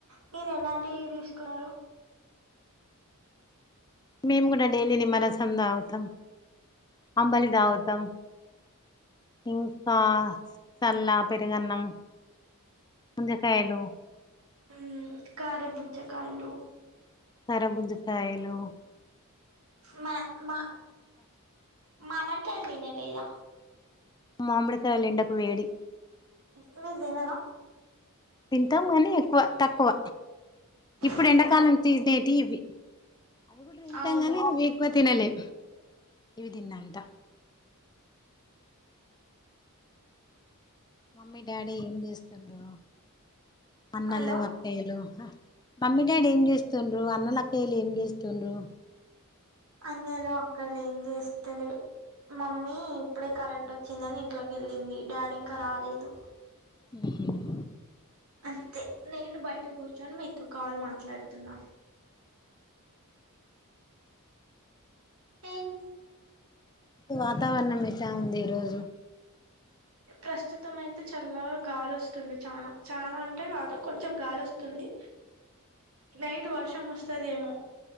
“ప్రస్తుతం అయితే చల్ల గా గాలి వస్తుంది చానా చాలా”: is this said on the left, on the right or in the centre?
Right